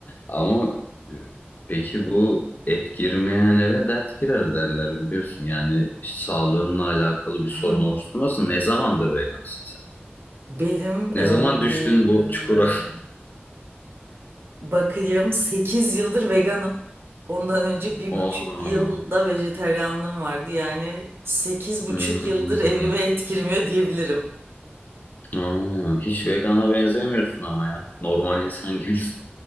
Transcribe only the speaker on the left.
Ama e, peki bu et girmeyen eve dert girer derler biliyorsun. Yani sağlığınla alakalı bir sorun
oluşturmasın. Ne zamandır vegansın
Ne
zaman düştün bu çukura? <laughs>
Aa,
hmm,
aa, hiç vegana benzemiyorsun ama ya. Normal insan gibisin.